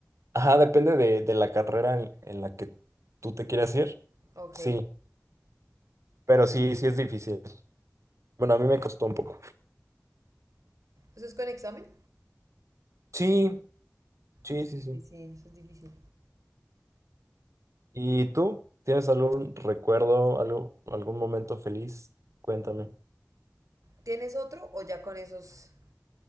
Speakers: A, on the right; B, on the right.
A: Ajá, depende de, de la carrera en, en la que tú te quieras ir.
B: Ok.
A: Sí,
B: ¿Eso
A: pero sí, sí es difícil. Bueno, a mí me costó un poco.
B: es con examen?
A: Sí, sí,
B: Sí,
A: sí, sí.
B: sí, sí, eso es difícil.
A: ¿Y tú? ¿Tienes algún recuerdo, algo, algún momento feliz? Cuéntame.
B: ¿Tienes otro o ya con esos